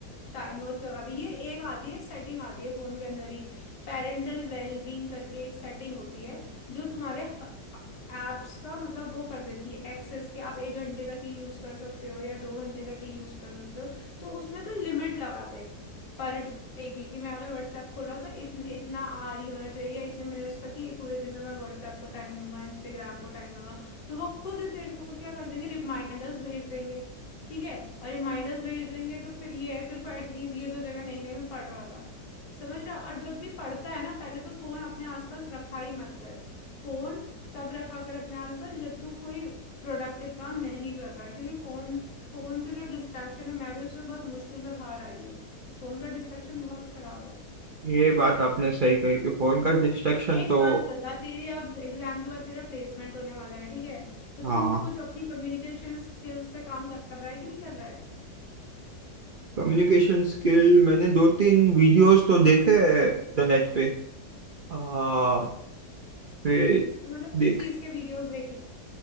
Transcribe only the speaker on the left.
टाइमर्स लगा दे ये एक आती है सेटिंग आती है फोन के अंदर ही पेरेंटल वेलबींग करके एक सेटिंग होती है जो तुम्हारे एप्स का मतलब वो कर देती है एक्सेस कि आप एक घंटे तक ही यूज कर सकते हो या दो घंटे तक ही यूज कर सकते हो तो उसमें तो लिमिट लगा दे पर देगी कि मैं अगर व्हाट्सएप खोल रहा हूँ तो इतन, इतना आर ही होना चाहिए या इतने मिनट्स तक कि पूरे दिन में मैं व्हाट्सएप को टाइम दूंगा इंस्टाग्राम को टाइम दूंगा तो वो खुद तेरे को क्या कर देंगे रिमाइंडर्स भेज देंगे ठीक है और रिमाइंडर्स भेज देंगे तो फिर ये है तेरे को एटलीस्ट ये तो जगह नहीं नहीं मैं पढ़ रहा था समझ रहा और जब भी पढ़ता है ना पहले तो फोन अपने आसपास रखा ही मत कर फोन तब रखा कर अपने आसपास जब तू कोई प्रोडक्टिव काम नहीं कर रहा है क्योंकि फोन फोन से जो डिस्ट्रैक्शन है मैं भी उससे बहुत मुश्किल से बाहर आई हूँ फोन का डिस्ट्रैक्शन बहुत खराब है
अरे एक
बात बता तेरे अब एग्जाम के बाद तेरा प्लेसमेंट होने वाला है ठीक है तो
तू कुछ अपनी कम्युनिकेशन स्किल्स पे काम कर रहा है कि नहीं कर रहा है
तो मतलब
किस चीज के वीडियोस देखे